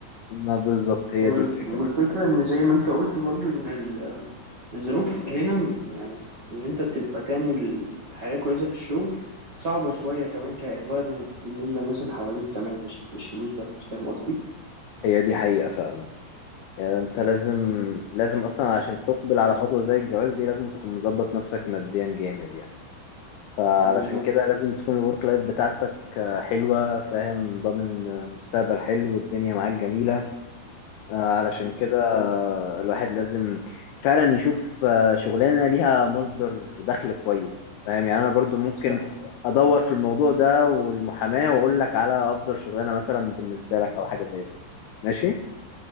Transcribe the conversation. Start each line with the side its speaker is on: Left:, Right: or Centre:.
Left: ما بالظبط هي
Right: وال-
Left: دي الفكرة
Right: والفكرة ان زي ما انت قلت برضو ان ال الظروف هنا يعني ان انت تبقى تعمل حياة كويسة في الشغل صعبة شوية كمان كانفايرمنت بالنسبة للناس اللي حواليك كمان مش مش فلوس بس فاهم قصدي؟
Left: هي دي حقيقة فعلا يعني انت لازم لازم اصلا عشان تقبل على خطوة زي الجواز دي لازم تكون مظبط نفسك ماديا جامد يعني فعلشان
Right: بالظبط
Left: كده لازم تكون الورك لايف بتاعتك آه، حلوة فاهم ضامن آه، مستقبل حلو والدنيا معاك جميلة آه، علشان
Right: بالظبط
Left: كده آه، الواحد لازم فعلا يشوف آه، شغلانة ليها مصدر دخل كويس فاهم يعني انا برضو ممكن
Right: صح
Left: ادور في الموضوع ده والمحاماة واقول لك على افضل شغلانة مثلا بالنسبة لك او حاجة زي كده ماشي